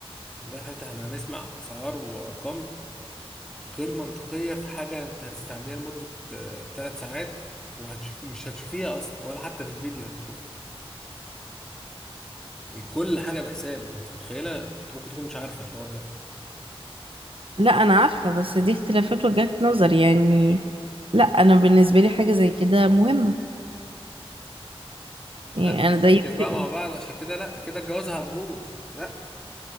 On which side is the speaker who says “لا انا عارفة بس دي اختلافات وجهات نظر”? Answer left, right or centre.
Right